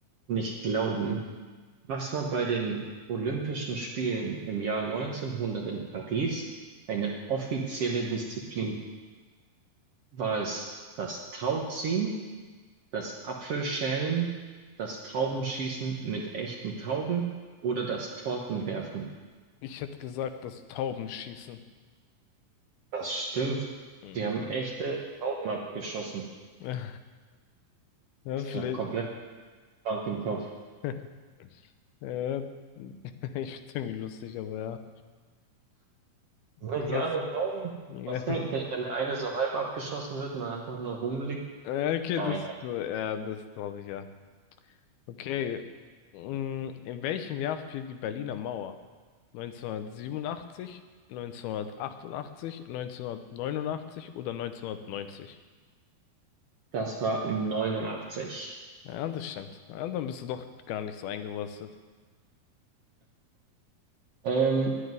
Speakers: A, on the right; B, on the left.
A: nicht glauben. Was war bei den Olympischen Spielen im Jahr 1900 in Paris eine offizielle Disziplin? War es das Tauziehen, das Apfelschälen, das Taubenschießen mit echten Tauben oder das Tortenwerfen?
B: Ich hätte gesagt, das Tauben schießen.
A: Das stimmt.
B: Mhm.
A: Sie haben echte Tauben abgeschossen.
B: <laughs> Ja,
A: Die sind
B: vielleicht.
A: noch komplett krank im Kopf.
B: <laughs> Ja, <laughs> ich find's irgendwie lustig, aber ja.
A: Moment,
B: Krass.
A: die armen Tauben,
B: <laughs> Ja.
A: was soll, wenn, wenn der eine so halb abgeschossen wird und dann einfach nur rumliegt?
B: Ja, Okay,
A: Nein,
B: das, ja, das traurig, ja. Okay. Mm, In welchem Jahr fiel die Berliner Mauer? Neunzehnhundertsiebenundachtzig, neunzehnhundertachtundachtzig, neunzehnhundertneunundachtzig oder neunzehnhundertneunzig?
A: das war 89.
B: Ja, das stimmt. Ja, dann bist du doch gar nicht so eingerostet.
A: Ähm,